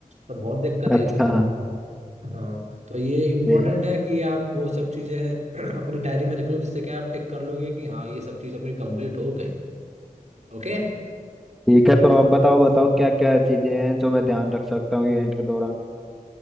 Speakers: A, on the right (about 55°); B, in the centre.
A: तो बहुत दिक्कत
B: अच्छा
A: आई थी उस दिन हाँ तो ये इम्पोर्टेंट
B: अरे
A: है कि आप वो सब चीज़ें <clears throat> अपनी डायरी में रख लो जिससे कि आप टिक कर लोगे कि हाँ ये सब चीज़ मेरी कंप्लीट हो गई ओके
B: ठीक है तो अब बताओ बताओ क्या क्या चीजें हैं जो मैं ध्यान रख सकता हूँ इवेंट के दौरान